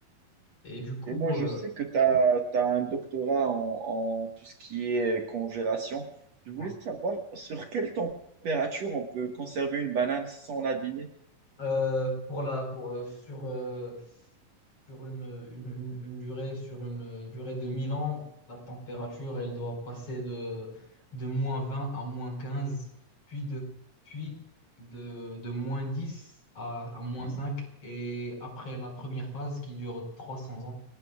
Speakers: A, on the left (about 40°); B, on the right (about 55°).
A: Et du coup,
B: Et moi, je
A: euh,
B: sais que tu as, un doctorat en, en tout ce qui est congélation. Je voulais
A: ouais.
B: savoir sur quelle température on peut conserver une banane sans l'abîmer.
A: Euh, pour la, pour, euh, sur, euh, sur une, une, une- une durée, sur une euh, durée de 1000 ans, la température, elle doit passer de, de moins 20 à moins 15, puis de, puis de, de moins 10 à, à moins
B: Mhm.
A: cinq, Et après la première phase qui dure 300 ans,